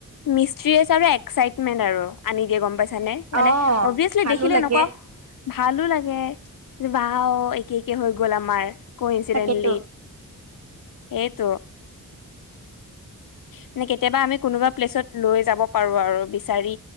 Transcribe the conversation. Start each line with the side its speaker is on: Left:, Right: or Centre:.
Left: মিস্ত্ৰী হিচাপে একাইটমেন্ট আৰু, আনি দিয়ে গম পাইছানে। মানে
Right: অ
Left: অবভিয়াছলী
Right: ভালো
Left: দেখিলে
Right: লাগে
Left: এনেকুৱা ভালো লাগে যে, ৱাহ ও একে একে হৈ গ'ল আমাৰ। ক-ইনচিডেণ্টলী
Right: তাকেতো
Left: এইটো।
Right: <unintelligible>
Left: মানে, কেতিয়াবা আমি কোনোবা প্লেচত লৈ যাব পাৰো আৰু বিচাৰি